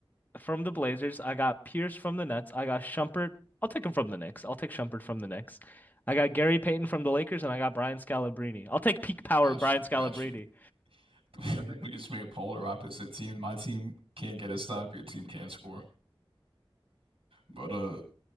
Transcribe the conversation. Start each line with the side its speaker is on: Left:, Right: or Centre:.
Left: from the Blazers. I got Pierce from the Nets. I got Shumpert. I'll take him from the Knicks. I'll take Shumpert from the Knicks. I got Gary Payton from the Lakers, and I got Brian Scalabrine. I'll take peak power
Right: Got
Left: Brian
Right: you,
Left: Scalabrine.
Right: got you. <laughs> We just made polar opposite teams. My team can't get a stop. Your team can't score. But uh,